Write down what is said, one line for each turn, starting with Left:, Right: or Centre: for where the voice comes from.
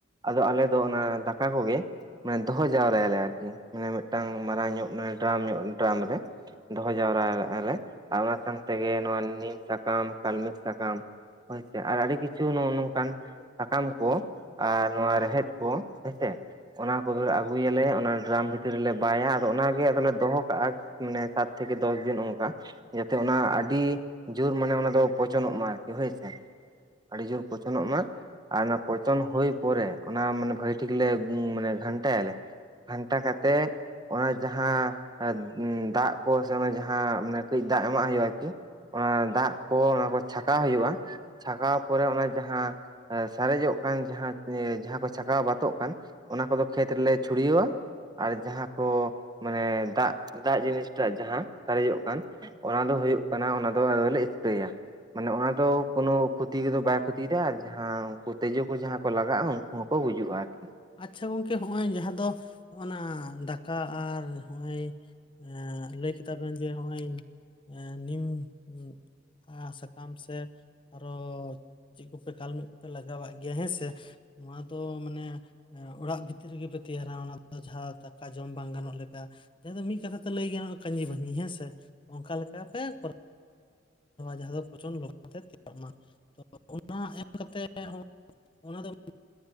Right: ᱟᱫᱚ ᱟᱞᱮ ᱫᱚ ᱚᱱᱟ ᱫᱟᱠᱟ ᱠᱚᱜᱮ ᱢᱟᱱᱮ ᱫᱚᱦᱚ ᱡᱟᱣᱨᱟ ᱭᱟᱞᱮ ᱟᱨ ᱠᱤ ᱢᱟᱱᱮ ᱢᱤᱫᱴᱟᱝ ᱢᱟᱨᱟᱝ ᱧᱚᱜ ᱰᱨᱟᱢ ᱧᱚᱜ ᱰᱨᱟᱢ ᱨᱮ ᱫᱚᱦᱚ ᱡᱟᱣᱨᱟ ᱠᱟᱜᱼᱟ ᱞᱮ ᱟᱨ ᱚᱱᱟ ᱥᱟᱶ ᱛᱮᱜᱮ ᱱᱚᱣᱟ ᱱᱤᱢ ᱥᱟᱠᱟᱢ ᱠᱟᱞᱢᱮᱠ ᱥᱟᱠᱟᱢ ᱦᱳᱭ ᱥᱮ ᱟᱨ ᱟᱹᱰᱤ ᱠᱤᱪᱷᱩ ᱱᱚᱜᱼ ᱱᱚᱝᱠᱟᱱ ᱥᱟᱠᱟᱢ ᱠᱚ ᱟᱨ ᱱᱚᱣᱟ ᱨᱮᱦᱮᱫ ᱠᱚ ᱦᱮᱸᱥᱮ ᱚᱱᱟ ᱠᱚ ᱫᱚ ᱟᱹᱜᱩᱭ ᱟᱞᱮ ᱚᱱᱟ ᱰᱨᱟᱢ ᱵᱷᱤᱛᱤᱨ ᱨᱮᱞᱮ ᱵᱟᱭᱟ ᱟᱫᱚ ᱚᱱᱟ ᱜᱮ ᱟᱫᱚᱞᱮ ᱫᱚᱦᱚ ᱠᱟᱜᱼᱟ ᱢᱟᱱᱮ ᱥᱟᱛ ᱛᱷᱮᱠᱮ, ᱫᱚᱥ ᱫᱤᱱ ᱚᱱᱠᱟ ᱡᱟᱛᱮ ᱚᱱᱟ ᱟᱹᱰᱤ ᱡᱳᱨ ᱢᱟᱱᱮ ᱚᱱᱟ ᱫᱚ ᱯᱚᱪᱚᱱᱼᱚᱜ ᱢᱟ ᱟᱨᱠᱤ ᱦᱳᱭ ᱥᱮ ᱟᱹᱰᱤ ᱡᱳᱨ ᱯᱚᱪᱚᱱ ᱚᱜ ᱢᱟ ᱟᱨᱼᱼ ᱯᱚᱪᱚᱱ ᱦᱩᱭ ᱯᱚᱨᱮ ᱚᱱᱟ ᱢᱟᱱᱮ ᱵᱷᱟᱹᱜᱤ ᱴᱷᱤᱠ ᱞᱮ ᱢᱟᱱᱮ ᱜᱷᱟᱱᱴᱟ ᱭᱟᱞᱮ ᱜᱷᱟᱱᱴᱟ ᱠᱟᱛᱮᱜ ᱚᱱᱟ ᱡᱟᱦᱟᱸ ᱫᱟᱜ ᱠᱚ ᱥᱮ ᱚᱱᱟ ᱡᱟᱦᱟᱸ ᱢᱟᱱᱮ ᱠᱟᱹᱡ ᱫᱟᱜ ᱠᱚ ᱮᱢᱟᱜ ᱦᱩᱭᱩᱜᱼᱟ ᱟᱨ ᱠᱤ ᱚᱱᱟ ᱫᱟᱜ ᱠᱚ ᱚᱱᱟ ᱠᱚ ᱪᱷᱟᱠᱟᱣ ᱦᱩᱭᱩᱜᱼᱟ ᱪᱷᱟᱠᱟᱣ ᱯᱚᱨᱮ ᱚᱱᱟ ᱡᱟᱦᱟᱸ ᱥᱟᱨᱮᱡᱚᱜ ᱠᱟᱱ ᱡᱟᱦᱟᱸ ᱡᱟᱦᱟᱸ ᱠᱚ ᱪᱷᱟᱠᱟᱣ ᱵᱟᱛᱚᱜ ᱠᱟᱱ ᱚᱱᱟ ᱠᱚᱫᱚ ᱠᱷᱮᱛ ᱨᱮᱞᱮ ᱪᱷᱩᱲᱤᱣᱟᱣᱼᱟ ᱟᱨ ᱡᱟᱦᱟᱸ ᱠᱚ ᱢᱟᱱᱮ ᱫᱟᱜ ᱫᱟᱜ ᱡᱤᱱᱤᱥᱴᱟᱜ ᱡᱟᱦᱟᱸ ᱥᱟᱨᱮᱡᱼᱚᱜ ᱠᱟᱱ ᱚᱱᱟ ᱫᱚ ᱦᱳᱭᱳᱜ ᱠᱟᱱᱟ ᱚᱱᱟ ᱫᱚ ᱟᱫᱚᱞᱮ ᱤᱛᱟᱹᱭᱟ ᱢᱟᱱᱮ ᱚᱱᱟ ᱫᱚ ᱠᱳᱱᱳ ᱠᱷᱚᱛᱤ ᱠᱚᱫᱚ ᱵᱟᱭ ᱠᱷᱚᱛᱤᱭ ᱮᱫᱟ ᱟᱨ ᱡᱟᱦᱟᱸ ᱩᱱᱠᱩ ᱛᱤᱡᱩ ᱠᱚ ᱡᱟᱦᱟᱸ ᱠᱚ ᱞᱟᱜᱟᱜᱼᱟ ᱩᱱᱠᱩ ᱠᱚ ᱜᱩᱡᱩᱜᱼᱟ ᱟᱨ ᱠᱤ
Left: ᱟᱪᱪᱷᱟ ᱜᱚᱝᱠᱮ ᱦᱚᱸᱜᱼᱚᱭ ᱡᱟᱦᱟᱸ ᱫᱚ ᱦᱚᱜᱼᱱᱟ ᱫᱟᱠᱟ ᱟᱨ ᱦᱚᱸᱜᱼᱚᱭ ᱟᱸ ᱞᱟᱹᱭ ᱠᱮᱫᱟ ᱵᱮᱱ ᱡᱮ ᱱᱚᱜᱼᱚᱭ ᱱᱤᱢᱼᱟ <unintelligible> ᱥᱟᱠᱟᱢ ᱥᱮ ᱟᱨᱚ ᱪᱮᱫ ᱠᱚᱯᱮ ᱠᱟᱞᱢᱮᱜ ᱠᱚᱯᱮ ᱞᱟᱜᱟᱣᱟᱜ ᱜᱮᱭᱟ ᱦᱮᱸ ᱥᱮ ᱱᱚᱣᱟ ᱫᱚ ᱢᱟᱱᱮ ᱚᱲᱟᱜ ᱵᱷᱤᱛᱨᱤ ᱨᱮᱜᱮ ᱯᱮ ᱛᱮᱭᱟᱨᱟ ᱚᱱᱟ ᱫᱚ ᱡᱟᱦᱟᱸ ᱫᱟᱠᱟ ᱡᱚᱢ ᱵᱟᱝ ᱜᱟᱱᱚᱜ ᱞᱮᱠᱟ ᱡᱟᱸᱦᱟ ᱫᱚ ᱢᱤᱫ ᱠᱟᱛᱷᱟ ᱛᱮ ᱞᱟᱹᱭ ᱜᱟᱱᱚᱜᱼᱟ ᱠᱟᱹᱧᱪᱤᱵᱟᱱᱤ ᱦᱮᱸ ᱥᱮ ᱚᱱᱠᱟ ᱞᱮᱠᱟ ᱛᱮ ᱠᱚᱨᱟ ᱡᱟᱦᱟᱸ ᱫᱚ ᱯᱚᱪᱚᱱᱰ ᱞᱚᱜᱚᱱ ᱛᱮ ᱛᱮᱭᱟᱨ ᱢᱟ ᱛᱚ ᱚᱱᱟ ᱮᱢ ᱠᱟᱛᱮ ᱦᱚᱸ ᱚᱱᱟ ᱫᱚ